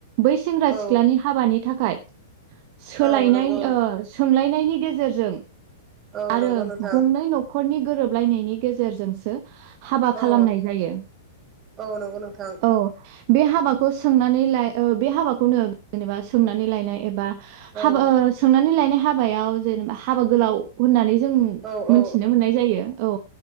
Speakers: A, on the right; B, on the right.
A: बै सेंग्रा
B: औ
A: सिख्लानि हाबानि थाखाय सोलायनाय
B: औ नंगौ
A: ओ सोंलायनायनि गेजेरजों
B: औ
A: आरो
B: नंगौ नोंथां
A: गंनै नखरनि गोरोबलायनायनि गेजेरजोंसो हाबा
B: औ
A: खालामनाय जायो
B: औ नंगौ नोंथां
A: औ। बे हाबाखौ सोंनानै लाय ओ बे हाबाखौनो जेनेबा। सोंनानै लायनाय एबा
B: औ
A: हा सोंनानै लायनाय हाबायाव जेनेबा हाबा गोलाव होननानै। उं जों
B: औ औ
A: मोन्थिना मोननाय जायो औ